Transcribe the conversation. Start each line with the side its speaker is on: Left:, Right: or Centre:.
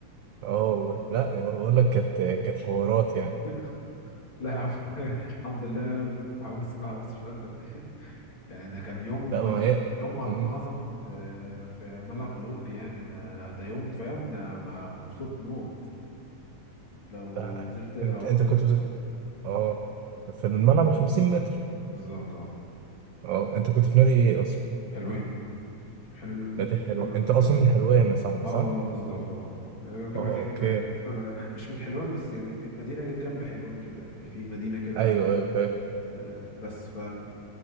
Right: اه والله لا يا- بقول لك كانت كانت حوارات يعني
Left: <laughs> لا يا عم <laughs> الحمد لله كنت في حمام السباحة بس مش أكتر <laughs> يعني ده كان يوم
Right: لا ما هي
Left: يوم ما اتمعظم
Right: مم.
Left: كنت آه، في ملعب أولمبي يعني ده ده يوم فاهم ده بقى مبسوط موت لو
Right: لا
Left: نزلت عمت
Right: انت انت كنت
Left: في
Right: بت... اه في الملعب ال 50 متر
Left: بالظبط اه
Right: اه انت كنت في نادي ايه اصلا؟
Left: حلوين حلو
Right: نادي حلو
Left: حلو
Right: انت اصلا من حلوان يا صاحبي
Left: اه
Right: صح؟
Left: بالظبط اه جامعة
Right: اه
Left: حلوان
Right: اوكي
Left: أنا مش من حلوان بس يعني من مدينة جنب حلوان كده يعني في مدينة كده
Right: <laughs> ايوه ايوه فاهم
Left: آه، بس ف